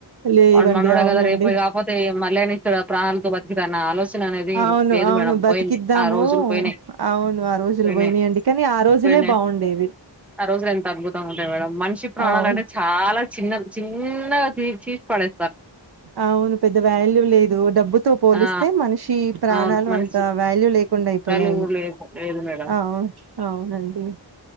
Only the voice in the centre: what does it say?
వాడు మనోడే
గదా రేప్ కాక్పోతే మళ్ళైన ఇస్తాడా ప్రాణాల్తో బతికితే అన్న ఆలోచన అనేది
లేదు
మేడం
పోయింది ఆ రోజులు పోయినాయి
పోయినాయి
పోయినాయి
ఆ రోజులు ఎంత అద్భుతంగ ఉంటయి మే మేడం మనిషి ప్రాణాలైతే
చాలా చిన్నవి చిన్నగా <inaudible> పడే
ఆ
అవును మనిషి
చుట్టాలు
లేదు లేదు మేడం